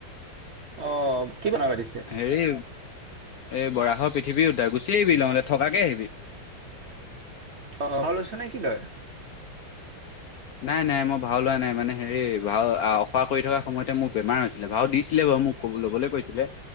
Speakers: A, on the right (about 50°); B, on the left (about 70°).
A: অ'। কি বনাব পাতিছে
B: হেৰি এই বৰাহৰ পৃথিৱী উদ্ধাৰ গুচি চ আহিবি নহ'লে থকাকে আহিবি।
A: অ', হলোচু <unintelligible> ন কি তয়?
B: নাই নাই মই ভাও লোৱা নাই মানে হেৰি ভাও অখাৰা কৰি থকাৰ সময়তে মোক বেমাৰ হৈছিলে ভাও দিছিলে বাৰু মোক ক লবলৈ কৈছিলে